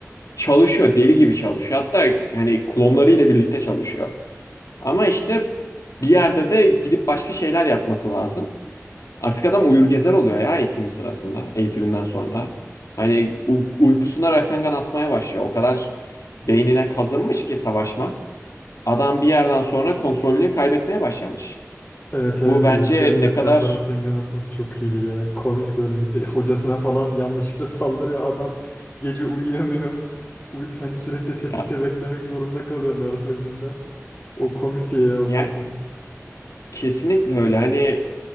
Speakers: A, on the left; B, on the left.
A: çalışıyor, deli gibi çalışıyor. Hatta hani klonlarıyla birlikte çalışıyor. Ama işte bir yerde de gidip başka şeyler yapması lazım. Artık adam uyur gezer oluyor ya eğitimi sırasında, eğitiminden sonra. Hani u- uykusuna raysangan atmaya başlıyor. O kadar beynine kazınmış ki savaşma. Adam bir yerden sonra kontrolünü kaybetmeye başlamış.
B: Evet evet
A: Bu bence
B: uyurken etrafa
A: ne kadar
B: Rasengan atması çok iyiydi ya. Komik böyle e, hocasına falan yanlışlıkla saldırıyor adam. Gece uyuyamıyor. Uy hani sürekli
A: ya,
B: tetikte beklemek zorunda kalıyor Naruto yüzünden. O komikti ya o
A: ya
B: kısım.
A: kesinlikle öyle. Hani